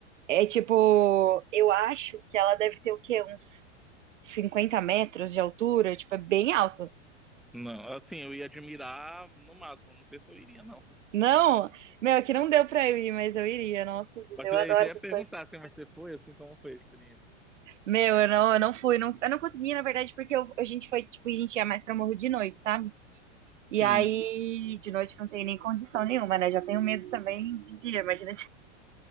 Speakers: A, on the right; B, in the centre.
A: é tipo, eu acho que ela deve ter o quê? Uns 50 metros de altura, tipo, é bem alto.
B: Não, assim, eu ia admirar no máximo, não sei se eu iria, não.
A: Não, meu, aqui não deu pra eu ir, mas eu iria, nossa,
B: Mas
A: eu
B: aí
A: adoro
B: eu já ia
A: essas
B: perguntar
A: coisas.
B: assim, mas você foi, assim, como foi a experiência?
A: Meu, eu não, eu não fui, não, eu não consegui, na verdade, porque eu- a gente foi, tipo, a gente ia mais pra Morro de noite, sabe?
B: Sim.
A: E aí, de noite não tem nem condição nenhuma, né? Já tenho medo também de dia, imagina